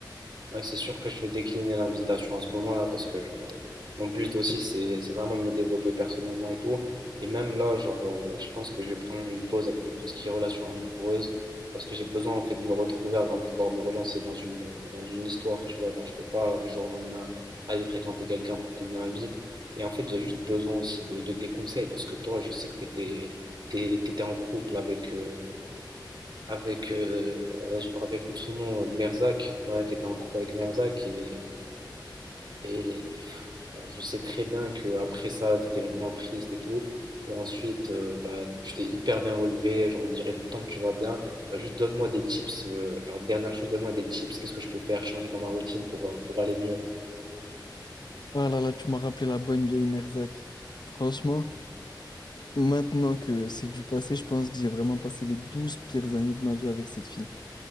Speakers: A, on the right (about 65°); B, on the left (about 65°).
A: Ouais, c'est sûr que je vais décliner l'invitation à ce moment-là parce que je- mon but aussi, c'est c'est vraiment de me développer personnellement et tout. Et même là, genre, euh, je pense que je vais prendre une pause avec tout ce qui est relations amoureuses parce que j'ai besoin en fait de me retrouver avant de pouvoir me relancer dans une, dans une histoire, tu vois. Là, je peux pas euh, du jour au lendemain aller fréquenter quelqu'un pour combler un vide. Et en fait, j'ai juste besoin aussi de, de tes conseils parce que toi, je sais que t'étais, t'es- t'étais en couple avec, euh, avec, euh, ouais, je me rappelle plus de son nom, euh, Merzak. Ouais, t'étais en couple avec Merzak et, et pff, enfin, je sais très bien que après ça, t'étais vraiment triste et tout. Et ensuite, euh, bah, tu t'es hyper bien relevé, genre on dirait tout le temps que tu vas bien. Bah, juste donne-moi des tips, euh, genre dernière chose, donne-moi des tips, qu'est-ce que je peux faire, changer dans ma routine pour, euh, pour aller mieux.
B: Ah là là, tu m'as rappelé la bonne vieille Merzak. Franchement. Maintenant que c'est du passé, je pense que j'ai vraiment passé les 12 pires années de ma vie avec cette fille.